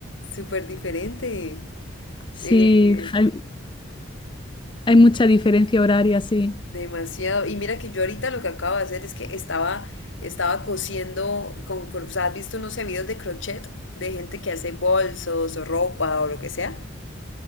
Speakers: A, on the left; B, on the left.
A: súper diferente.
B: Sí,
A: Eh,
B: hay, hay mucha diferencia horaria, sí.
A: demasiado. Y mira que yo ahorita lo que acabo de hacer es que estaba, estaba cosiendo con, cro- o sea, ¿has visto unos videos de crochet de gente que hace bolsos o ropa o lo que sea?